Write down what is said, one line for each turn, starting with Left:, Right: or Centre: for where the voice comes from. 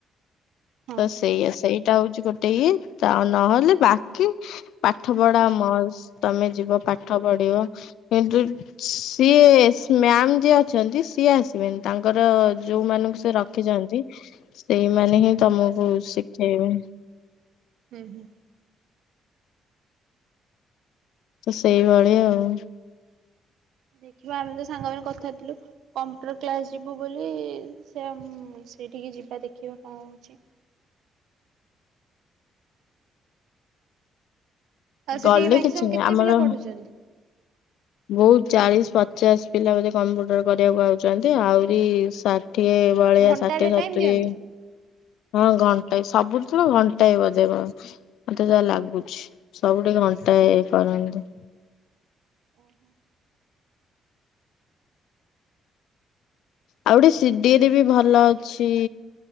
Right: ହଁ
Left: ତ ସେଇଆ ସେଇଟା ହଉଛି ଗୋଟେ ଇଏ, ତ ନହେଲେ ବାକି ପାଠ ପଢା ମସ୍ତ ତମେ ଯିବ ପାଠ ପଢିବ କିନ୍ତୁ ସିଏ ମ୍ୟାମ ଯିଏ ଅଛନ୍ତି ସିଏ ଆସିବେନି, ତାଙ୍କର ଯୋଉ ମାନଙ୍କୁ ସେ ର ଖିଛନ୍ତି, ସେଇମାନେ ହିଁ ତମକୁ ଶିଖେଇବେ।
Right: ହୁଁ ହୁଁ।
Left: ସେଇଭଳିଆ ଆଉ।
Right: ଦେଖିବା ଆମେ ତ ସାଙ୍ଗମାନେ କଥା ହେଇଥିଲୁ। କମ୍ପ୍ୟୁଟର କ୍ଲାସ୍ ଯିବୁ ବୋଲି ସେ ସେଇଠିକି ଯିବା ଦେଖିବା କଣ ହେଉଛି। ଆଉ ସେଠି
Left: ଗଲେ
Right: ମାକ୍ସିମମ୍
Left: କିଛି ନାହିଁ,
Right: କେତେ
Left: ଆମର
Right: ପିଲା ପଢୁଛନ୍ତି?
Left: ବହୁତ ଚାଳିଶ ପଚାଶ ପିଲା ବୋଧେ କମ୍ପ୍ୟୁଟର କରିବାକୁ ଆଉଛନ୍ତି। ଆହୁରି ଷାଠିଏ ବଳିଆ
Right: ଘଣ୍ଟାରେ
Left: ଷାଠିଏ ସତୁରି
Right: ଟାଇମ ଦିଅନ୍ତି?
Left: ହଁ ଘଣ୍ଟାଏ ସବୁଥିରୁ ଘଣ୍ଟାଏ ବଜେଇବ, ମତେ ଯାହା ଲାଗୁଛି। ସବୁଠି ଘଣ୍ଟାଏ ଇଏ କରନ୍ତି।
Right: <unintelligible>
Left: ଆଉ ଗୋଟେ ସିଡିଏରେ ବି ଭଲ ଅଛି